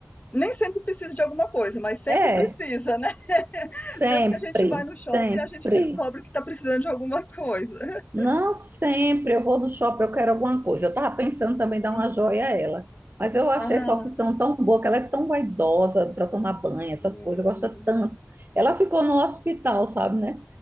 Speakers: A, on the left (about 30°); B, on the right (about 45°).
A: nem sempre precisa de alguma coisa, mas sempre
B: É,
A: precisa, né? <laughs>
B: sempre,
A: Sempre que a gente vai
B: sempre.
A: no shopping, a gente descobre que está precisando de alguma coisa. <laughs>
B: Não sempre eu vou no shopping, eu quero alguma coisa. Eu estava pensando também em dar
A: Hum,
B: uma joia a ela. Mas eu achei
A: Ah,
B: essa opção tão boa, que ela é tão vaidosa para tomar banho, essas
A: hum,
B: coisas, gosta tanto. Ela ficou no hospital, sabe, né?